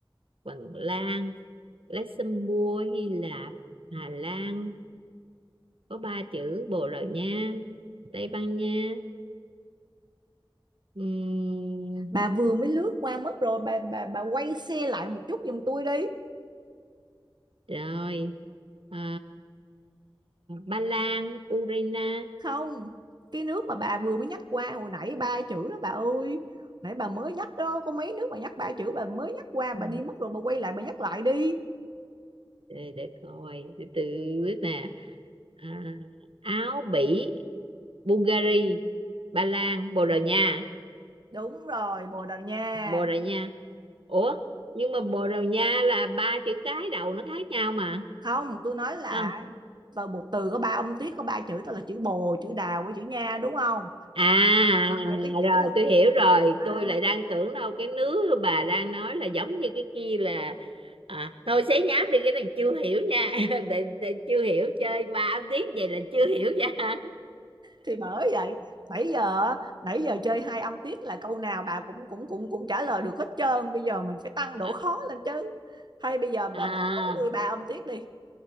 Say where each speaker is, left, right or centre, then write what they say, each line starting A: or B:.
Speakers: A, on the right; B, on the right.
A: Phần Lan Luxembourg Hy Lạp Hà Lan có ba chữ Bồ Đào Nha Tây Ban Nha Ừm,
B: bà vừa mới lướt qua mất rồi bà bà bà quay xe lại một chút giùm tôi đi
A: rồi à, Ba Lan Ukraine
B: không cái nước mà bà vừa mới nhắc qua hồi nãy ba chữ đó bà ơi nãy bà mới nhắc đó có mấy nước bà nhắc ba chữ bà mới nhắc qua
A: Ừ.
B: bà đi mất rồi bà quay lại bà nhắc lại đi
A: để, để coi từ từ biết nè à, Áo Bỉ Bulgaria Ba Lan Bồ Đào Nha
B: đúng rồi Bồ Đào Nha
A: Bồ Đào Nha ủa nhưng mà Bồ Đào Nha là ba chữ cái đầu nó khác nhau mà
B: không tôi nói là
A: à,
B: từ một từ có ba âm tiết có ba chữ đó là chữ bồ chữ đào với chữ nha đúng không
A: à
B: là cái chữ
A: rồi
B: đó
A: tôi hiểu rồi
B: à
A: tôi lại đang tưởng đâu cái nước bà đang nói là giống như cái kia là à, thôi xé nhám đi cái này chưa hiểu nha <laughs> để, để chưa hiểu chơi ba âm tiếng vậy là chưa hiểu nha
B: thì bởi vậy nãy giờ á, nãy giờ chơi hai âm tiết là câu nào bà cũng cũng cũng cũng trả lời được hết trơn bây giờ mình phải tăng
A: <laughs>
B: độ khó lên chứ hay bây giờ bà
A: À,
B: bà đổi tôi ba âm tiết đi